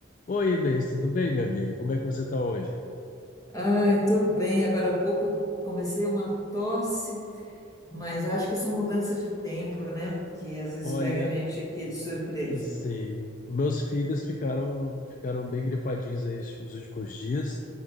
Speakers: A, on the left; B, on the left.
A: Oi, Inês, tudo bem, minha amiga? Como é que você tá hoje?
B: Ai, tô bem. Agora há pouco comecei uma tosse, mas acho que essa mudança de tempo, né? Que às vezes
A: Olha,
B: pega a gente aqui de surpresa.
A: assim, meus filhos ficaram ficaram bem gripadinhos aí esses últimos dias